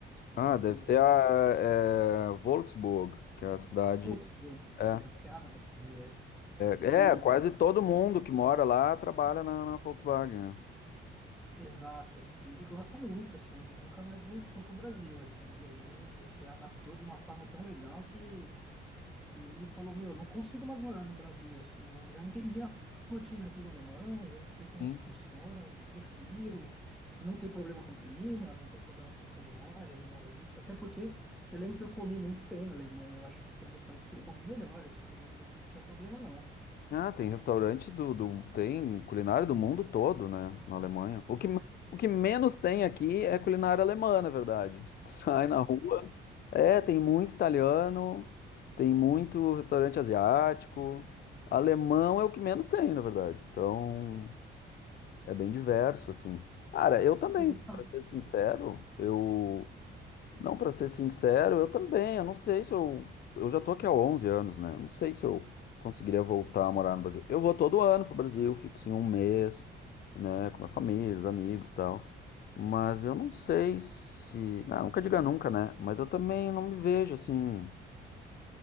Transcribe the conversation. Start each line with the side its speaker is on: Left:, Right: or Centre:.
Centre: E
Left: ah, deve ser a é, Wolfsburg, que é a cidade...
Centre: Volkswagen, isso,
Left: é.
Centre: não tem nada a ver com D, é. E
Left: É, é, quase todo mundo que mora lá trabalha na, na Volkswagen. né?
Centre: Exato. E ele gosta muito, assim, ele nunca mais voltou pro Brasil, assim. Ele se adaptou de uma forma tão legal que, que ele falou, meu, não consigo mais morar no Brasil, assim. Eu já entendi a rotina aqui do alemão, já sei como
Left: Sim.
Centre: que funciona, eu prefiro. Não tem problema com clima, não tem problema com culinária, nem nada disso. Até porque eu lembro que eu comi muito bem na Alemanha. Eu acho que foi um dos países que eu comi melhor, assim. Não, não tinha problema, não.
Left: Ah, tem restaurante do, do- tem culinária do mundo todo, né, na Alemanha. O que,
Centre: É.
Left: o que menos tem aqui é culinária alemã, na verdade. <laughs> tu Sai na rua, é, tem muito italiano, tem muito restaurante asiático. Alemão é o que menos tem, na verdade. Então, é bem diverso, assim. Cara, eu também,
Centre: Eu gostava.
Left: para ser sincero,
Centre: Uhum.
Left: eu Não, para ser sincero, eu também. Eu não sei se eu. Eu já tô aqui há 11 anos, né? Eu Não sei se eu conseguiria voltar a morar no Brasil. Eu vou todo ano pro Brasil, fico assim um mês, né? Com minha família, os amigos e tal. Mas eu não sei se. Não, nunca diga nunca, né? Mas eu também não me vejo assim